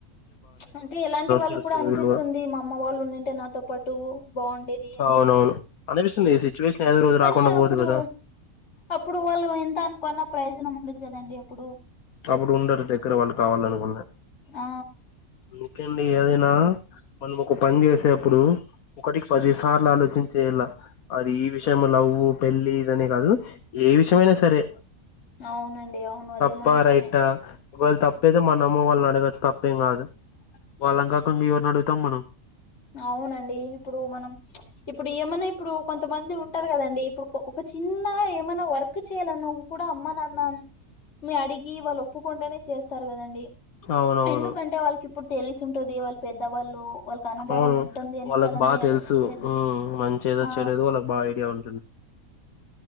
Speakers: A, on the left; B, on the left.
A: అంటే ఇలాంటి వాళ్ళు
B: తెలుస్తుంది
A: కూడా అనిపిస్తుంది.
B: విలువ
A: మా అమ్మ వాళ్ళు ఉన్నంటే నాతో పాటు టు బాగుండేది అని
B: అవునవును అనిపిస్తుంది ఈ సిచ్యువేషన్ ఏదో రోజు
A: కానీ
B: రాకుండా పోదు
A: అప్పుడు
B: కదా
A: అప్పుడు వాళ్ళు ఏంతానుకున్న ప్రయోజనం ఉండదు కదండి అప్పుడు
B: అప్పుడు ఉండరు దగ్గర వాళ్ళు కావాలనుకున్నా
A: ఆ
B: ఇంకండి ఏదైనా మనం ఒక పని చేసేప్పుడు ఒకటికి పది సార్లు ఆలోచించేలా అది ఈ విషయము లవ్వు పెళ్లి ఇదనే కాదు ఏ విషయమైనా సరే
A: అవునండి అవును అదేమో
B: తప్పా
A: నిజమే
B: రైటా ఒకవేళ వాళ్ళ తప్పైతే మనం వాళ్ళని అడగచ్చు తప్పేం కాదు. వాళ్ళం కాకుండ ఎవరిని అడుగుతాం మనం
A: అవునండి ఇప్పుడు మనం ఇప్పుడు ఏమైనా ఇప్పుడు కొంతమంది ఉంటారు కదండి. ఇప్పుడు ఒక చిన్న గా ఏమైనా వర్క్ చేయాలన్నా కూడా అమ్మ నాన్నను అడిగి వాళ్ళు ఒప్పుకుంటేనే చేస్తారు కదండి.
B: అవునవును
A: ఎందుకంటే వాళ్ళకి ఇప్పుడు తెలిసి ఉంటది వాళ్ళ పెద్దవాళ్ళు వాళ్ళు అనుభవం
B: అవును
A: ఉంటుంది. అనే
B: వాళ్ళకి
A: కదండి
B: బాగా
A: ఆడు తెలుసు
B: ఉమ్, మంచి ఏదో
A: ఆ
B: చెడు ఏదో వాళ్ళకి బాగా ఐడియా ఉంటుంది